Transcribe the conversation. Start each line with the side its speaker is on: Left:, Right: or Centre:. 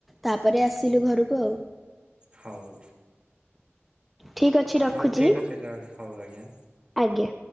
Centre: ତାପରେ ଆସିଲୁ ଘରକୁ ଆଉ।
Right: ହଉ।
Centre: ଠିକ ଅଛି ରଖୁଛି।
Right: ହଉ ଠିକ୍ ଅଛି ତା- ହଉ ଆଜ୍ଞା।
Centre: ଆଜ୍ଞା।